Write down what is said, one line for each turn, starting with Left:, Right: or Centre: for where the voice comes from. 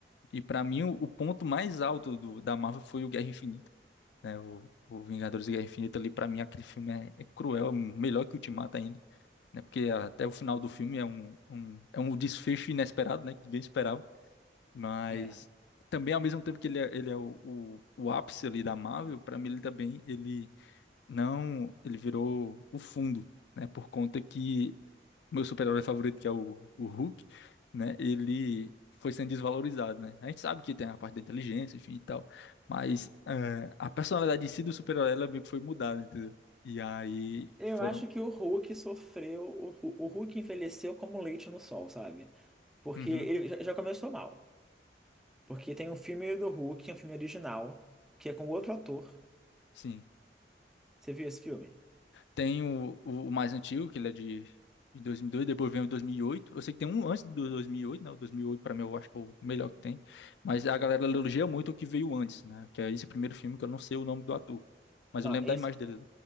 Left: E pra mim, o, o ponto mais alto do, da Marvel foi o Guerra Infinita, né? O, o Vingadores e Guerra Infinita ali, pra mim, aquele filme é, é cruel, é melhor que o Ultimato ainda. Né, porque até o final do filme é um, um, é um desfecho inesperado, né? Que ninguém esperava mas
Centre: é.
Left: também, ao mesmo tempo que ele é, ele é o, o, o ápice ali da Marvel, para mim ele também, ele não, ele virou o fundo, né? Por conta que meu super-herói favorito, que é o, o Hulk, né? Ele foi sendo desvalorizado, né? A gente sabe que tem a parte da inteligência, enfim e tal, mas eh, a personalidade em si do super-herói, ela meio que foi mudada, entendeu? E aí
Centre: Eu
Left: foram...
Centre: acho que o Hulk sofreu. O, Hu- o Hulk envelheceu como leite no sol, sabe? Porque
Left: Uhum,
Centre: ele já já começou mal. Porque tem um filme do Hulk, um filme original, que é com outro ator.
Left: sim.
Centre: Você viu esse filme?
Left: Tem o, o, o mais antigo, que ele é de, de 2002, depois vem o 2008. Eu sei que tem um antes do 2008, né? O 2008, para mim, eu acho que é o melhor que tem. Mas a galera elogia muito o que veio antes, né? Que é esse primeiro filme que eu não sei o nome do ator. Mas
Centre: Não,
Left: eu lembro
Centre: é
Left: da
Centre: esse.
Left: imagem dele.